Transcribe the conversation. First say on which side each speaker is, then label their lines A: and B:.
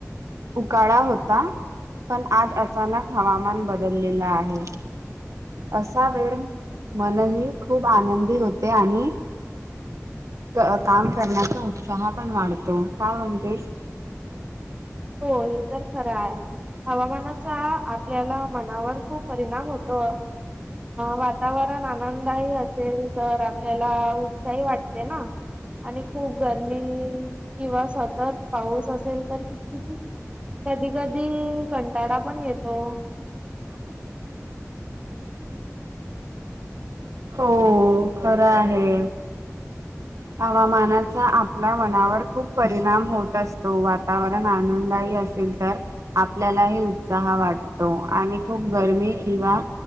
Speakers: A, on the right (about 75°); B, on the right (about 20°).
A: उकाळाा होता पण आज अचानक हवामान बदललेलं आहे असा वेळ मनही खूप आनंदी होते आणि काम करण्याचा उत्साह पण वाढतो का म्हणतेस
B: हो हे तर खरं आहे हवामानाचा आपल्याला मनावर खूप परिणाम होतो वातावरण पण आनंदही असेल तर आपल्याला उत्साही वाटते ना आणि खूप गरमी किंवा सतत पाऊस असेल तर किती किती कधी कधी कंटाळाा पण येतो
A: ह हो खरं आहे हवामानाचा आपल्या मनावर खूप परिणाम होत असतो वातावरण आनंदयी अस तर आपल्यालाही उत्साह वाटतो आणि खूप गरमी किंवा